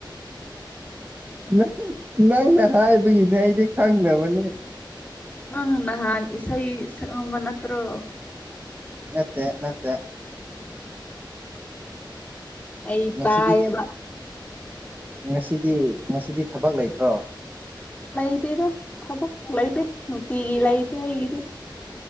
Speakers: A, on the right; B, on the left.
A: ꯪ ꯅꯪꯅ ꯍꯥꯏꯕꯒꯤꯅꯦ ꯑꯩꯗꯤ ꯈꯪꯅꯕꯅꯦ
B: ꯅꯪ ꯅꯍꯥꯟ ꯏꯁꯩ ꯁꯛꯕ ꯅꯠꯇ꯭ꯔꯣ
A: ꯅꯦꯠꯇꯦ ꯅꯠꯇꯦ
B: ꯑꯩ
A: ꯉꯁꯤꯗꯤ
B: ꯄꯌꯦꯕ
A: ꯉꯁꯤꯗꯤ ꯉꯁꯤꯗꯤ ꯊꯕꯛ ꯂꯩꯇ꯭ꯔꯣ
B: ꯂꯥꯏꯇꯗ ꯊꯝꯛ ꯂꯥꯏꯗ ꯇꯒ ꯂꯥꯏ ꯇꯒꯤꯗ